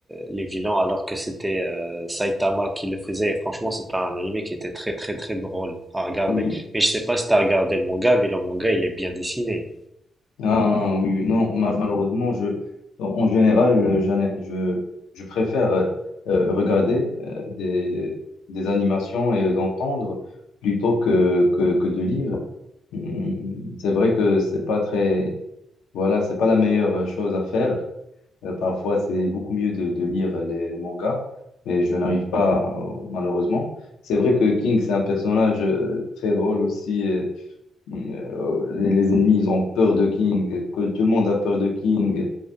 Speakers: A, on the right; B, on the left.
A: les vilains, alors que c'était euh, Saitama qui le faisait. Et franchement, c'était un animé qui était très très très drôle à regarder.
B: Oui.
A: Mais je sais pas si t'as regardé le manga, mais le manga il est bien dessiné.
B: Ah oui, oui. non, mal- malheureusement, je, en général, euh, j'en ai- je, je préfère euh, regarder euh, des, des animations et d'entendre plutôt que, que, que de lire. Hmm, C'est vrai que c'est pas très, voilà, c'est pas la meilleure chose à faire. Euh, parfois, c'est beaucoup mieux de, de lire les, les mangas, mais je n'arrive pas, euh, malheureusement. C'est vrai que King, c'est un personnage euh, très drôle aussi. euh, euh, oh, les, les ennemis, ils ont peur de King, que tout le monde a peur de King.